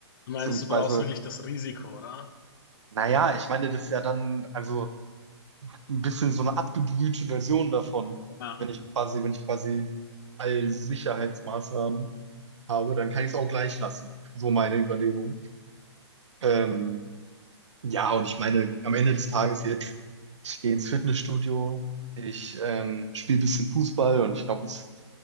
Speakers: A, on the left; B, on the right.
A: Du meinst,
B: Beziehungsweise,
A: du brauchst wirklich das Risiko, oder?
B: naja, ich meine, das ist ja dann also ein bisschen so eine abgebrühte Version davon.
A: Ja,
B: Wenn ich quasi, wenn ich quasi all Sicherheitsmaßnahmen habe, dann kann ich es auch gleich lassen. So meine Überlegung. Ähm, Ja, und ich meine, am Ende des Tages jetzt, ich gehe ins Fitnessstudio, ich ähm, spiele ein bisschen Fußball und ich glaube, es